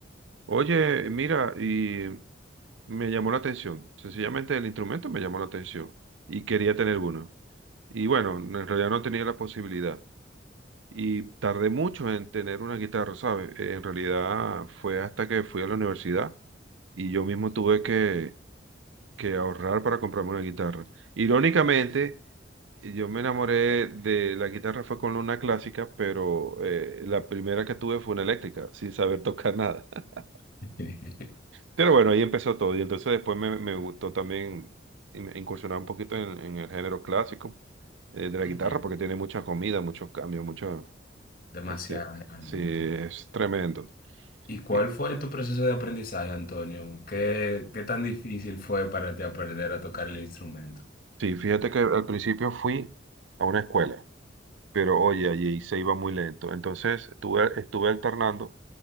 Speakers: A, on the right (about 85°); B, on the left (about 50°).
A: Oye, mira, y me llamó la atención, sencillamente el instrumento me llamó la atención y quería tener uno. Y bueno, no, en realidad no tenía la posibilidad. Y tardé mucho en tener una guitarra, ¿sabes? Eh, En realidad fue hasta que fui a la universidad y yo mismo tuve que, que ahorrar para comprarme una guitarra. Irónicamente, y Yo me enamoré de la guitarra fue con una clásica, pero eh, la primera que tuve fue una eléctrica, sin saber tocar nada. <laughs>
B: <laughs>
A: Pero bueno, ahí empezó todo. Y entonces después me, me gustó también in- incursionar un poquito en, en el género clásico eh, de la
B: Ok,
A: guitarra, porque tiene mucha comida, muchos cambios, mucho,
B: Demasiado,
A: este,
B: realmente.
A: sí, es tremendo.
B: ¿Y cuál
A: Sí,
B: fue tu proceso de aprendizaje, Antonio? ¿Qué, qué tan difícil fue para ti aprender a tocar el instrumento?
A: sí, fíjate que al principio fui a una escuela, pero oye, allí se iba muy lento. Entonces estuve, estuve alternando